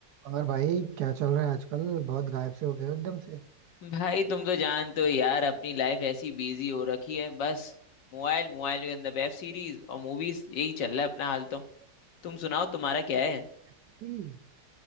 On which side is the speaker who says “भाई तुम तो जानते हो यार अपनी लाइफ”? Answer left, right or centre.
Left